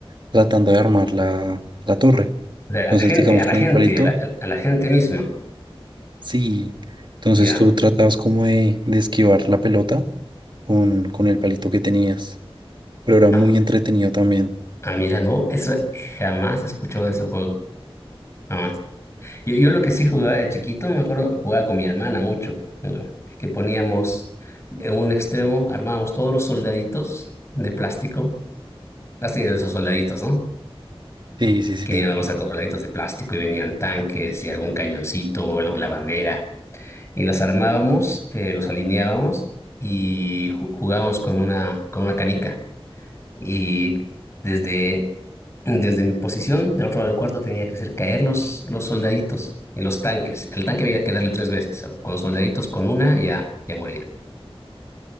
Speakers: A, on the right; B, on the left.
A: tratando de armar la, la torre.
B: O sea,
A: Entonces,
B: a la gente,
A: digamos,
B: a la
A: con
B: gente,
A: el palito,
B: a la, a la gente misma.
A: sí. Entonces,
B: Ya.
A: tú tratabas como de, de esquivar la pelota con, con el palito que tenías. Pero era
B: Ah,
A: muy entretenido también.
B: ah, mira, no, eso jamás he escuchado de ese juego. Jamás. Yo, yo lo que sí jugaba de chiquito, me acuerdo, jugaba con mi hermana mucho, ¿no? que poníamos en un extremo, armábamos todos los soldaditos de plástico, las tenían esos soldaditos, ¿no?
A: Sí, sí, sí.
B: Que venían en la bolsa con soldaditos de plástico y venían tanques y algún cañoncito, o la la bandera. Y las armábamos, eh, los alineábamos y ju- jugábamos con una, con una canica. Y desde, desde mi posición, del otro lado del cuarto, tenía que hacer caer los, los soldaditos y los tanques. El tanque había que darle tres veces. Con los soldaditos, con una, ya, ya moría.